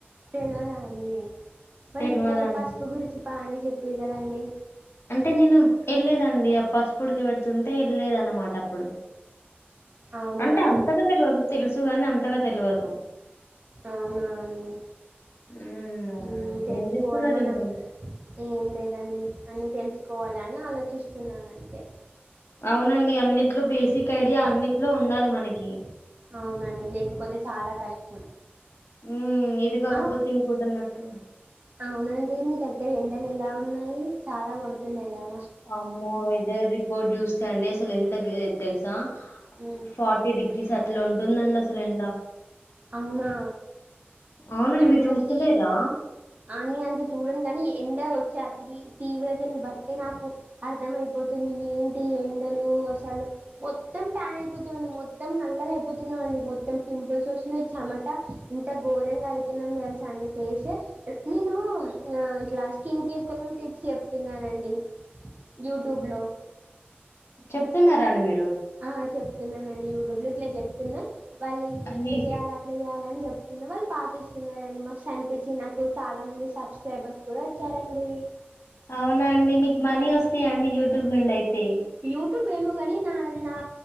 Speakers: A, on the right (about 40°); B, on the left (about 85°).
A: తెలవదండి మరి
B: తెల్వదండి
A: ఇందాక పసుపు గురించి పానే చెప్పిది కదండి
B: అంటే నేను వెళ్లేదండి ఆ పసుపుడికి పెడుతుంటే వెళ్ళలేదన్నమాట అప్పుడు
A: అవునా
B: అంటే
A: అండి
B: అంతగా తెలివదు తెలుసు కాని అంతగ తెలువదు
A: అవునా అండి
B: హ్మ్ అవునండి
A: మ్మ్ తెలుసుకోవాలి
B: ఏం చేస్తున్నారు
A: మనం
B: ఇంకా
A: ఏం లేదండి అన్ని తెలుసుకోవాల అని ఆలోచిస్తున్నాను అంతే
B: అవునండి అన్నిట్లో బేస్ సిక్ ఐడియా అన్నిట్లో ఉండాలి మనకి
A: అవునండి లేకపోతే చాలా కష్టం
B: ఉ ఇది కాకపోతే
A: అవు
B: ఇంకో డన్నట్ ట్టు
A: అవునండి మీ దగ్గర ఎండలు ఎలా ఉన్నాయి చాలా కొడుతున్నయ్ కద
B: అమ్మో వెదర్ రిపోర్ట్ చూస్తే అండి అసలు ఎం తగ్ తెలుసా
A: మ్మ్
B: ఫోర్టీ డిగ్రీస్ అట్లు ఉంటుందండి అసలు ఎండ
A: అవునా
B: అవునండి
A: ఇక్కడ
B: మీరు
A: కూడా
B: చూస్తలేరా
A: సే అని అంత చూడను కాని ఎండ వచ్చే అత్రి తీవ్రతను బట్టి నాకు అర్థం అయిపోతుంది, ఏంటి ఎండలు అసలు మొత్తం టాన్ అయిపోతావండి మొత్తం నల్లగా అయిపోతున్నావండి. మొత్తం పింపుల్స్ వస్సున్నయ్ చెమట ఇంత గోర బెంగ్ అయితున్నాం తెల్సా అండి ఫేసు, నేను ఇలా ఇట్లా స్కిన్ కేర్ కోసం టిప్స్ చెప్తున్నానండి, యూట్యూబ్ లో
B: చెప్తున్నారాండి మీర్
A: ఆ చెప్తున్నానండి యూట్యూబ్ లో ఇట్లా చెప్ తున్న వాళ్ళు
B: అన్ని
A: ఇట్ల జేయాల అట్లా జేయాల అని చెప్ స్తున్న వాళ్ళు పాటిస్తున్నారండి మస్స్ అనిపించి నాకు చాలా మంది సబ్స్క్రైబర్స్ కూడా వచ్చారండి.
B: అవునా అండి మీకు మనీ వస్తాయి అండి యూట్యూబ్ నుండి అయి తే
A: యూట్యూబ్ ఏమో కాని నా నా